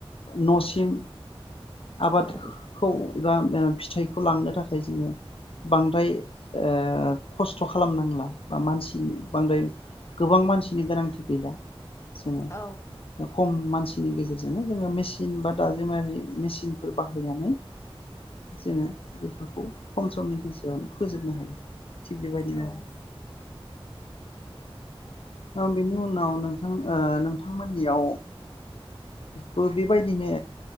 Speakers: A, on the left (about 65°); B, on the left (about 30°).
A: न'सिम आबादखौ
B: औ औ
A: एबा ओ फिथाइखौ लांनो थाखाय जोङो बांद्राय ओ खस्थ' खालामनांला बा मानसिनि बांद्राय गोबां मानसिनि गोनांथि गैला जोङो अ
B: औ
A: खम मानसि मानसिनि गेजेरजोंनो जोङो मेचिन बा दाजेमारि मेसिनफोर बाहायनानै जोङो बेफोरखौ खम समनि गोसोआवनो फोजोबनो हायो थिग बेबाय बे
B: औ
A: आरो ओ बेनि उनाव नोंथां नोंथांमोननियाव बो बेबायदिनो